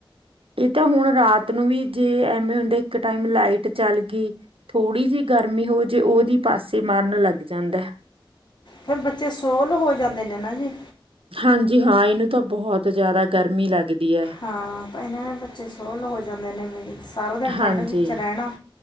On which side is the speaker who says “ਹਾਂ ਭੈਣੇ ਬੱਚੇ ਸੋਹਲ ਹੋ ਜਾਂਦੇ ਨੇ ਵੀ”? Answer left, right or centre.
Left